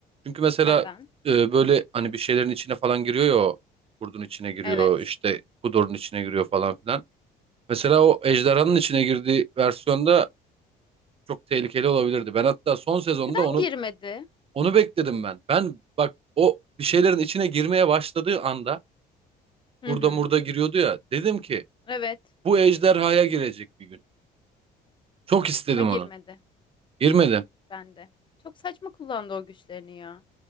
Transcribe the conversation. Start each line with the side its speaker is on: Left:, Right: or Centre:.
Right: Çünkü mesela
Left: Neden?
Right: e, böyle hani bir şeylerin içine falan giriyor ya o. Kurdun içine giriyor
Left: Evet.
Right: işte kudurun içine giriyor falan filan. Mesela o ejderhanın içine girdiği versiyonda çok tehlikeli olabilirdi. Ben hatta son sezonda
Left: Ben
Right: onu
Left: girmedi.
Right: onu bekledim ben. Ben bak o bir şeylerin içine girmeye başladığı anda
Left: Hı
Right: kurda
Left: hı.
Right: murda giriyordu ya. Dedim ki
Left: Evet.
Right: bu ejderhaya girecek bir gün. Çok istedim
Left: Ama girmedi
Right: onu. Girmedi.
Left: bende. Çok saçma kullandı o güçlerini ya.